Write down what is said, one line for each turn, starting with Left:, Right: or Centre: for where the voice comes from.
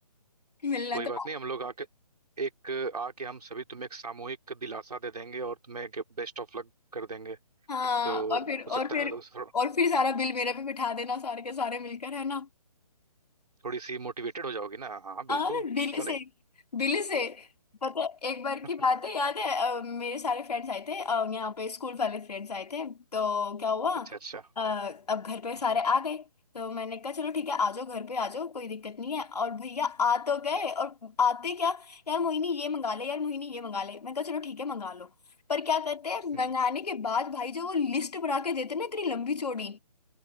Left: मिलना
Right: कोई बात
Left: तो
Right: नहीं हम लोग आके एक आके हम सभी तुम्हें एक सामूहिक दिलासा दे देंगे और तुम्हें बेस्ट ऑफ लक कर देंगे
Left: हाँ
Right: तो
Left: और फिर और
Right: हो सकता
Left: फिर
Right: है उस-
Left: और फिर सारा बिल मेरे पे बिठा देना सारे के सारे मिलकर है ना
Right: थोड़ी सी मोटिवेटेड हो जाओगी ना हाँ बिल्कुल
Left: हाँ दिल्ली
Right: क्यों
Left: से
Right: नहीं
Left: दिल्ली से पता है, एक बार की
Right: <laughs>
Left: बात है याद है अ, मेरे सारे फ्रेंड्स आए थे अ, यहाँ पे स्कूल वाले फ्रेंड्स आए थे तो क्या हुआ
Right: अच्छा अच्छा
Left: अ, अब घर पे सारे
Right: हम्म,
Left: आ गए तो मैंने कहा चलो ठीक है आ जाओ घर पे आ जाओ कोई दिक्कत नहीं है और भैया आ तो गए और आते क्या यार मोहिनी ये मंगा ले यार मोहिनी ये मंगा ले मैंने कहा चलो ठीक है मंगा लो पर क्या करते हैं
Right: हम्म,
Left: मंगाने के बाद भाई जो वो लिस्ट बना के देते ना इतनी लंबी चौड़ी